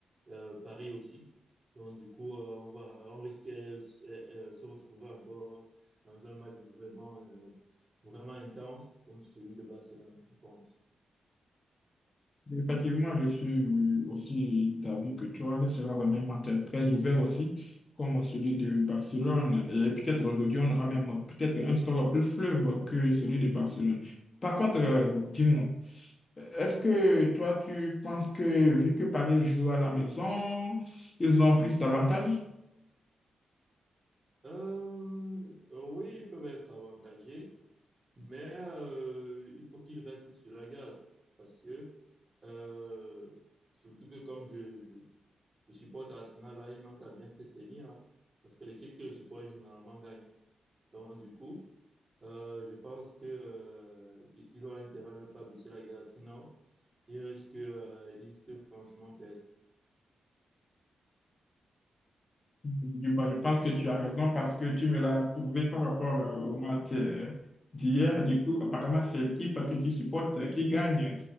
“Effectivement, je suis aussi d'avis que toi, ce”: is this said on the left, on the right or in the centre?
Left